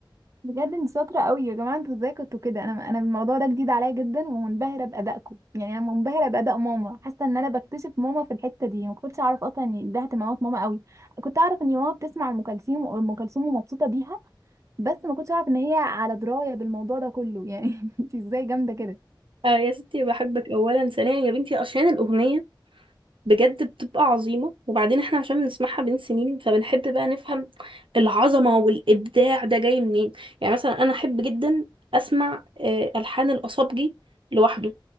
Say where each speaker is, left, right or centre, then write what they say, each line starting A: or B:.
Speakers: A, on the right; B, on the right.
A: بجد انت شاطره قوي يا جماعه انتوا ازاي كنتوا كده انا انا الموضوع ده جديد عليا جدا ومنبهره بادائكم يعني انا منبهره باداء ماما حاسه ان انا بكتشف ماما في الحته دي ما كنتش اعرف اصلا ان ده اهتمامات ماما قوي كنت اعرف ان ماما بتسمع ام كلثوم ام كلثوم ومبسوطه بيها بس ما كنتش اعرف ان هي على درايه بالموضوع ده كله يعني <laughs> انت ازاي جامده كده
B: آه يا ستي بحبك اولا ثانيا يا بنتي عشان الاغنيه بجد بتبقى عظيمة وبعدين احنا عشان بنسمعها بين سنين فبنحب بقى نفهم العظمة والإبداع ده جاي منين يعني مثلا أنا أحب جدا أسمع آه، ألحان الأصابجي لوحده